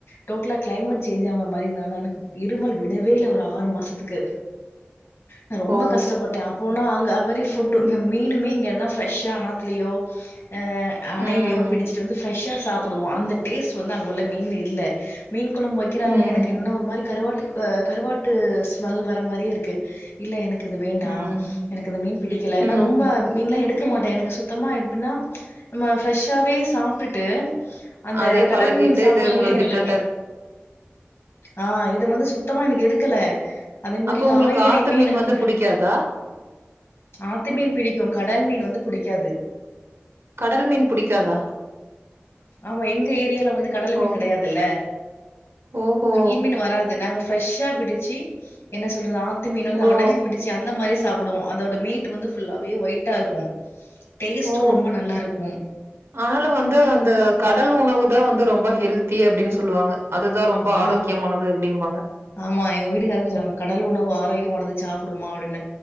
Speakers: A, on the left; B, on the right.
A: டோட்டலா கிளைமேட் செஞ்ச் ஆகுற மாரி இருந்தனா எனக்கு இருமல் விடவே இல்ல ஒரு ஆறு மாசத்துக்கு நா ரொம்ப
B: ஓ
A: கஷ்டப்பட்ட அப்போனா அங்க அந்த மாரி ஃபுட்டு மீனுமே இங்கேன ஃப்ரெஷா ஆத்துலயோ ஆ அணையிலையோ
B: ம்
A: பிடிச்சிட்டு வந்து ஃப்ரெஷ்ஷா சாப்பிட போடுவோ அந்த டேஸ்ட் வந்து அங்கே உள்ள மீன்ல இல்ல மீன் குழம்பு வைக்கிறாங்க
B: ம்
A: எனக்கு என்ன ஒரு மாரி கருவாட்டு ஆ கருவாட்டு ஸ்மெல் வர மாரியே இருக்கு இல்ல எனக்கு எனக்கு இது வேண்டாம்
B: ம்
A: எனக்கு இந்த மீன் பிடிக்கல
B: ம்
A: ரொம்ப மீன்லா எடுக் க்க மாட்ட எனக்கு சுத்தமா அப்படின்னா நம்ம ஃப்ரெஷ்ஷாவே சாப்ட்டுட்டு அந்த
B: அதே
A: கடல்
B: பழகிட்டு
A: மீன் சாப்பிடும்
B: இது உங்களுக்கு
A: போது எனக்கு
B: டிஃப்ரெண்டா இருக்கு
A: ஆஹ் இது வந்து சுத்தமா எனக்கு எடுக்கல அதே மாரி
B: அப்ப உங்களுக்கு
A: காய்கறிமே
B: ஆத்து மீன்
A: நம்ம
B: வந்து புடிக்காதா
A: ஆத்து மீன் பிடிக்கு கடல் மீன் வந்து புடிக்காது
B: கடல் மீன் பிடிக்காதா
A: ஆமா எங்க ஏரியால வந்து கடல் மீன்
B: ஓ
A: கிடையாதில்ல
B: ஓஹோ
A: கடல் மீன் வராது நாங் ஃபரெஷ்ஷா பிடிச்சு என்ன சொல்றது ஆத் து மீன் வந்து
B: ஓ
A: உடனே பிடிச்சு அந்த மாரி சாப்பிடுவோ அதோட மீட்டு வந்து ஃபுல்லாவே ஒயிட்டா இருக்கு டேஸ்ட்டு
B: ஓ
A: ரொம்ப நல்லா இருக்கு
B: ஆனாலு வந்து அந்த கடல் உணவுதா வந்து ரொம்ப ஹெல் தி அப்டின்னு சொல்லுவாங்க அதுதா ரொம்ப
A: ஆ
B: ஆரோக்கியமானது அப்டிம்பாங்க
A: ஆமா எங்க வீட்டுகாரங்க சொல்லுவாங்க கடல் உணவு ஆரோக்கியமானது சாப்புடுமா அப்டின்னே